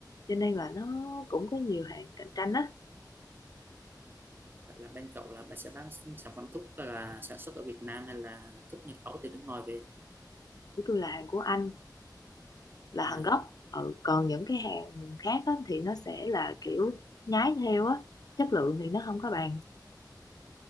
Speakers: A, on the left; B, on the right.
A: cho nên là nó cũng có nhiều hàng cạnh tranh á
B: là bên cậu là bạn sẽ bán sản phẩm thuốc là sản xuất ở Việt Nam hay là thuốc nhập khẩu từ nước ngoài về
A: của tôi là hàng của Anh là hàng
B: à,
A: gốc ừ. còn những cái hàng khác á, thì nó sẽ là kiểu nhái theo á chất lượng thì nó không có bằng